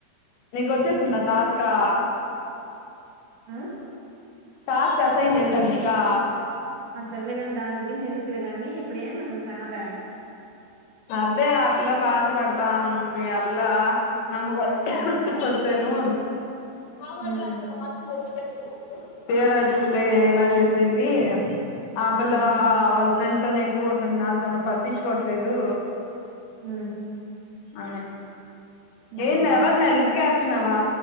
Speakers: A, on the left (about 75°); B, on the right (about 60°).
A: నీకొచ్చేసిందా టాస్కా
B: హా
A: టాస్క్ అసైన్ చేశారు నీకా
B: ఆ సర్లే గాని దాని గురించి ఎందుకులేగాని ఇప్పుడ ఏంది అసలా సంగత
A: అదే అ పిల్ల బాధపడతాంది అ పిల్ల నమ్ముకి
B: ఉమ్
A: రేను హ వాళ్ళు
B: ఉమ్
A: తీరా చూస్తే ఇలా చేసింది ఆపిల్ల
B: ఉమ్
A: అ వాళ్ళ ఫ్రెండ్ తోనే ఎక్కువ ఉంటుంది నాతోనా పట్టించు కోవట్లేదు
B: ఊ
A: అమె
B: ఉహు
A: ఏంద ఎవరినా లుక్ వేస్తున్నావా